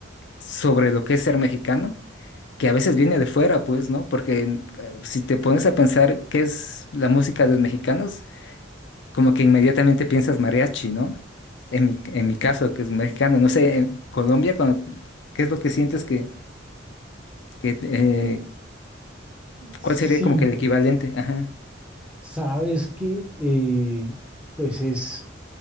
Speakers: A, on the left; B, in the centre.
A: sobre lo que es ser mexicano, que a veces viene de fuera, pues, ¿no? Porque eh, si te pones a pensar qué es la música de los mexicanos, como que inmediatamente piensas mariachi, ¿no? En mi, en mi caso, que es mexicano, no sé, en Colombia, cuando, ¿qué es lo que sientes que, que eh,
B: Sí,
A: cuál sería como que el equivalente? Ajá.
B: sabes que eh, pues es